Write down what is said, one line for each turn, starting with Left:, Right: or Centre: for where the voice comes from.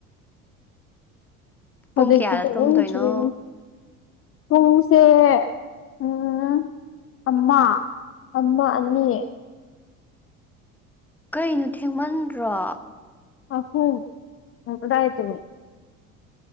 Centre: ꯄꯨꯡ
Left: ꯍꯧꯖꯤꯛꯇꯤ
Centre: ꯀꯌꯥꯗ
Left: ꯇꯨꯝꯅꯤꯡꯗ꯭ꯔꯤ
Centre: ꯇꯨꯝꯗꯣꯏꯅꯣ
Left: ꯄꯨꯡꯁꯦ ꯎꯝ <unintelligible> ꯑꯃ ꯑꯃ ꯑꯅꯤ
Centre: ꯀꯩꯅꯣ ꯊꯦꯡꯃꯟꯗ꯭ꯔꯣ
Left: <unintelligible> ꯀꯗꯥꯏ ꯇꯨꯝꯃꯤ